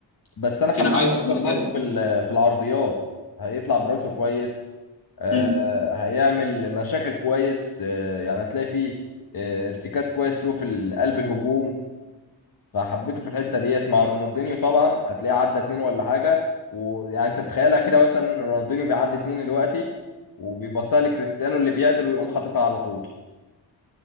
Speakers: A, on the left; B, on the left.
A: بس انا حبيته
B: جناح ايسر
A: اكتر
B: مثالي
A: برضو في ال- في العرضيات هيطلع براسه كويس آه،
B: مم،
A: هيعمل مشاكل كويس آه، يعني هتلاقي فيه آه، ارتكاز كويس له في ال- قلب الهجوم فحبيته في الحته ديت مع رونالدينيو طبعا هتلاقيه عدى اتنين ولا حاجه ويعني انت تخيلها كده مثلا رونالدينيو بيعدي اتنين دلوقتي وبيباصها لكريستيانو اللي بيعدل ويقوم حاططها على طول